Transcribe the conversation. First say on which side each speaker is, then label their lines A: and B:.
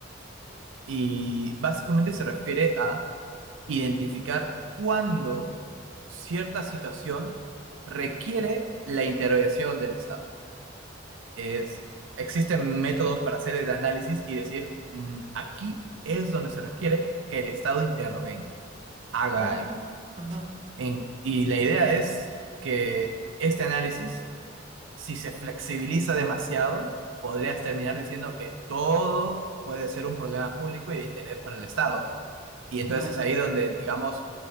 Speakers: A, on the right; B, on the right.
A: Y básicamente se refiere a identificar cuándo cierta situación requiere la intervención del Estado. es, existen métodos para hacer el análisis y decir, mm, aquí es donde se requiere que el Estado intervenga, haga
B: Ah,
A: algo.
B: mira. Ajá.
A: En- y la idea es que este análisis, si se flexibiliza demasiado, podrías terminar diciendo que todo puede ser un problema público y de interés para el Estado. Y entonces
B: ah,
A: es ahí donde, digamos,